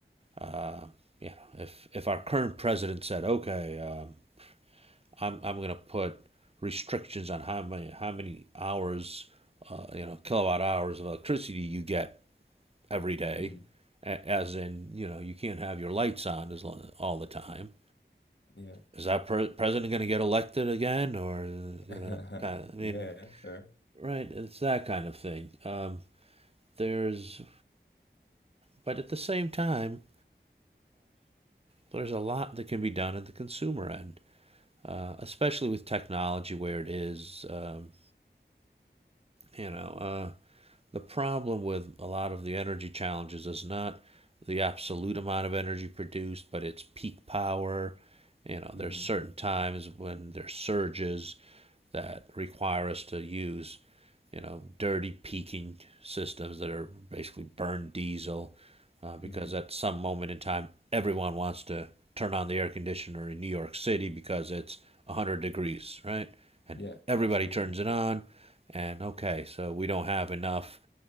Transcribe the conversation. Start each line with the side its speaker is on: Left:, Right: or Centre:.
Right: uh, you know, if if our current president said, "Okay, um, I'm I'm going to put restrictions on how many how many hours, uh, you know, kilowatt hours of electricity you get every day,"
Left: hmm
Right: as in, you know, you can't have your lights on as long, all the time.
Left: Yeah.
Right: Is that pre- president going to get elected again, or you
Left: <laughs>
Right: know, kind of, I
Left: Yeah,
Right: mean,
Left: yeah, fair.
Right: right? It's that kind of thing. Um, there's, but at the same time, there's a lot that can be done at the consumer end uh, especially with technology where it is. Um, you know, uh, the problem with a lot of the energy challenges is not the absolute amount of energy produced, but it's peak power. You know, there's
Left: hmm
Right: certain times when there's surges that require us to use, you know, dirty peaking systems that are basically burned diesel, uh, because
Left: hmm
Right: at some moment in time, everyone wants to turn on the air conditioner in New York City because it's 100 degrees, right? And
Left: Yeah,
Right: and everybody
Left: absolutely.
Right: turns it on. And okay, so we don't have enough